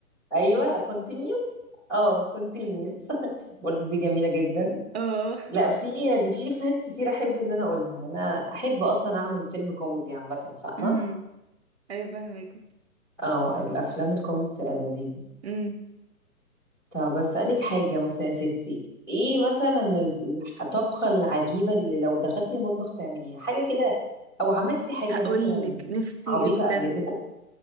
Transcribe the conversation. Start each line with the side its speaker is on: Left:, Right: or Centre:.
Centre: ايوه continuous اه continuous <laughs> برضو دي جميلة جدا
Right: <laughs> اه
Centre: لا في يعني في افيهات كتير احب ان انا اقولها انا احب اصلا اعمل فيلم كوميدي عامة فاهمة
Right: امم ايوه فاهمك
Centre: اه الافلام الكوميدي بتبقى لذيذة
Right: امم
Centre: طب أسألك حاجة مثلا يا ستي ايه مثلا ال- الطبخة العجيبة اللي لو دخلتي المطبخ تعمليها حاجة كده او عملتي حاجة
Right: هقول
Centre: مثلا
Right: لك نفسي
Centre: عبيطة
Right: جدا
Centre: قبل كده